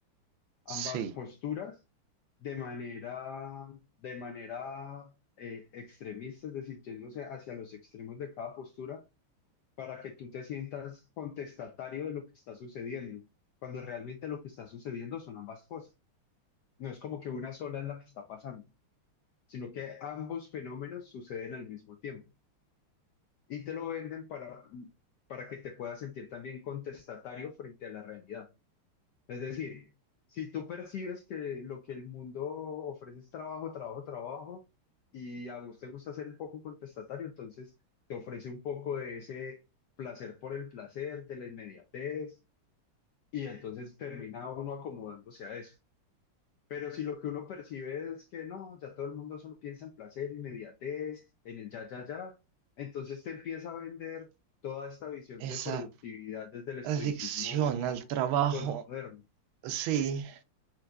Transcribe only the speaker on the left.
ambas
posturas de manera, de manera eh, extremista, es decir, yéndose hacia los extremos de cada postura para que tú te sientas contestatario de lo que está sucediendo, cuando realmente lo que está sucediendo son ambas cosas. No es como que una sola es la que está pasando, sino que ambos fenómenos suceden al mismo tiempo y te lo venden para, para que te puedas sentir también contestatario frente a la realidad. Es decir, si tú percibes que lo que el mundo ofrece es trabajo, trabajo, trabajo, y a vos te gusta ser un poco contestatario, entonces te ofrece un poco de ese placer por el placer, de la inmediatez, y entonces termina uno acomodándose a eso. Pero si lo que uno percibe es que no, ya todo el mundo solo piensa en placer, inmediatez, en el ya, ya, ya, entonces te empieza a vender toda esta visión
de productividad desde el estoicismo
posmoderno.